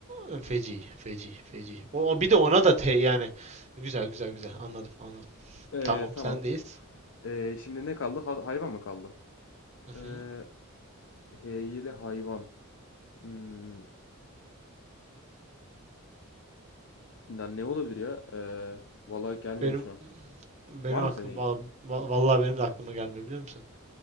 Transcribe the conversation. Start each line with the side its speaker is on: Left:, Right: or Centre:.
Right: Ee, Feci, feci, feci. O, o bir de ona da te yani. Güzel, güzel, güzel. Anladım, anladım.
Left: Ee,
Right: Tamam,
Left: tamam.
Right: sendeyiz.
Left: Ee, şimdi ne kaldı? Ha- hayvan mı kaldı?
Right: Hı
Left: Ee,
Right: hı.
Left: heyeli hayvan. Hmm, ya ne olabilir ya? Ee, vallahi gelmedi
Right: Benim
Left: şu an.
Right: benim
Left: Var mı
Right: aklım
Left: senin?
Right: val- val- vallahi benim de aklıma gelmiyor biliyor musun?